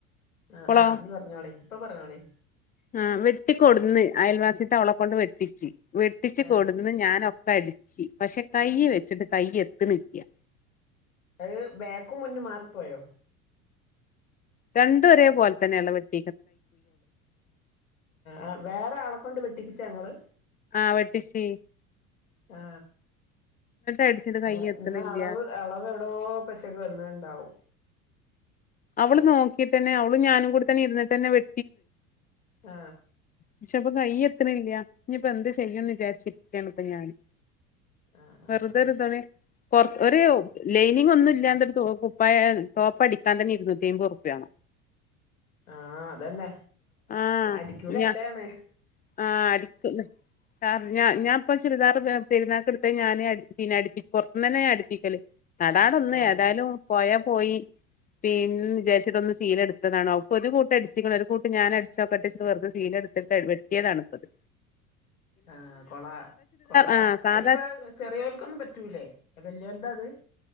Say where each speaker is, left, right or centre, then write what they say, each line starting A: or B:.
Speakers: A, on the left; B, on the left.
A: ആ്
B: ഇപ്പളോ
A: ആഹ് നീ പറഞ്ഞോളിഇപ്പൊ പറഞ്ഞോളി
B: ആ വെട്ടിക്കൊടുന്ന് അയൽവാസിത്തെ അവളെ കൊണ്ട് വെട്ടിച്ച് വെട്ടിച്ച്
A: ആഹ്
B: കൊടുന്ന് ഞാൻ ഒ കടിച്ച പക്ഷെ കൈ വെച്ചിട്ട് കൈ എത്ത്ണ്ല്ല
A: അത് ബേക്കും മുന്നും മാറിപ്പോയോ
B: രണ്ടുഒരെ പോലെ തന്നെയ വെട്ട
A: ആ വേറെ ആളെ കൊണ്ട് വെട്ടിപ്പിച്ചാ ങ്ങള്
B: ആ വട്ടിച്ചി
A: ആ
B: അടിച്ചിട്ട് കൈ
A: ഇ
B: എത്തണില്ല
A: അളവ് അളവ് എവിടോ പെശക് വന്നി ണ്ടാവും
B: അവള് നോക്കിട്ടെന്നെ അവളും ഞാനും കൂടെ തന്നെ ഇുന്നിട്ടന്നെ വി
A: ആ
B: പക്ഷെ പ്പൊ കൈ എത്ത്ണില്ല്യ ഇനിപ്പൊ എന്ത് ചെയ്യന്ന് വിചാരിച്ചിരിക്കാണ് ഇപ്പ ഞാന്
A: ആഹ്
B: വെർതൊരു
A: ആഹ്
B: <unintelligible> ഒരു ലൈനിങ് ഒന്നും ഇല്ലാണ്ടെരു കുപ്പായ ടോപ്പ് അടി എൻ തന്നെ ഇരുന്നൂറ്റി അമ്പത് റുപ്യ ആണ്
A: ആഹ് അതന്നെ
B: ആഹ്
A: അടിക്കൂല
B: ഞാ
A: അല്ലാണ്.
B: ആഹ് അടിക്കുംല്ല സാ ഞ ഞാൻപ്പ ചുരിദാറ് പെര്ന്നാക്ക്ട്ത്ത ഞാന് അട്ച്ചീനി. അട്പ്പി പൊർത്ത് തന്നെ ഞാ അട്പ്പിക്കല്. നടാട ഒന്ന്
A: ആഹ്
B: ഏതായാലും പോയ പോയി പിൻ വിചാര്ച്ച്ട്ട് ഒന്ന് സീലട്ത്തതാണ്. അവക്ക് ഒരു കൂട്ട അട്ച്ചിക്ക്ണ്. ഒരു കൂട്ട ഞാന് അട്ച്ചോക്കെട്ടച്ചി വെറ്തെ സീല വരുത്തിയതാണ് ഇപ്പ അത്
A: ആഹ് കൊളാ കൊളാ
B: ആഹ് സാധാ
A: അയ്ഞ്ഞിപ്പ ചെറിയോൽക്കൊന്നും പറ്റൂലേ വല്യോൽതാ അത്